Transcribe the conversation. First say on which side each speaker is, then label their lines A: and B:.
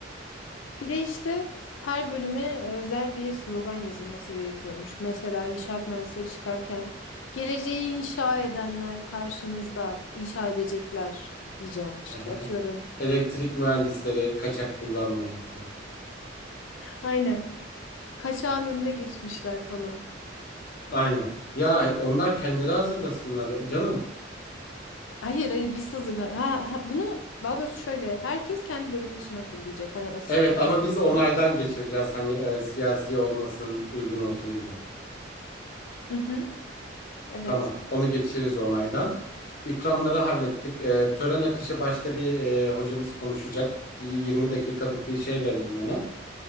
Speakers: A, on the left (about 90°); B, on the left (about 50°).
A: Bir de işte her bölüme e, özel bir slogan yazılması gerekiyormuş. Mesela inşaat mühendisleri çıkarken geleceği inşa edenler karşınızda inşa edecekler diyeceksin. İşte
B: Ehe.
A: atıyorum.
B: Elektrik mühendisleri kaçak kullanmayın. Ha.
A: Aynen. Kaçağın önüne geçmişler falan.
B: Aynen. Ya onlar kendileri hazırlasınlar ya canım.
A: Hayır hayır biz hazırla. Ha, ha, bunu daha doğrusu şöyle herkes kendi bölümü için hazırlayacak. Hani asistanlara
B: Evet ama
A: söyleyeceğiz.
B: biz onaydan geçireceğiz hani e, siyasi olmasın, uygun olsun gibi.
A: Hı hı. Evet.
B: Tamam. Onu geçiririz onaydan. İkramları hallettik. E, tören akışı başta bir e, hocamız konuşacak. Y- 20 dakikalık bir şey verelim ona.